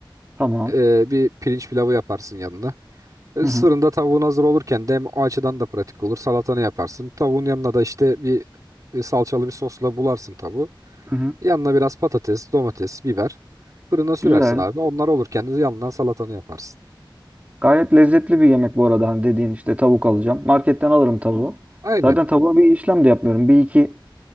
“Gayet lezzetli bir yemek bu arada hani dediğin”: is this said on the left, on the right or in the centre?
Right